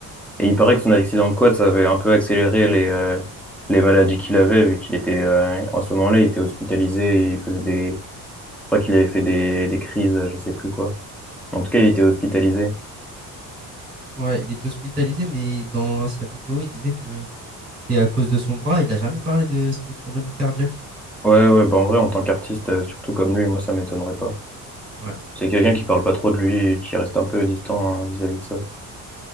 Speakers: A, in the centre; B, on the right.
A: Et il paraît que son accident de quad, ça avait un peu accéléré les euh, les maladies qu'il avait, vu qu'il était euh, en ce moment-là, il était hospitalisé, il faisait des, je crois qu'il avait fait des des crises, euh, je sais plus quoi. En tout cas, il était hospitalisé.
B: ouais, il était hospitalisé, mais dans sa vidéo, il disait que c'était à cause de son bras. Il a jamais parlé de ses problèmes cardiaques.
A: Ouais, ouais, bah en vrai, en tant qu'artiste, euh, surtout comme lui, moi, ça m'étonnerait pas.
B: Ouais.
A: C'est quelqu'un qui parle pas trop de lui, et qui reste un peu distant hein, vis-à-vis de ça.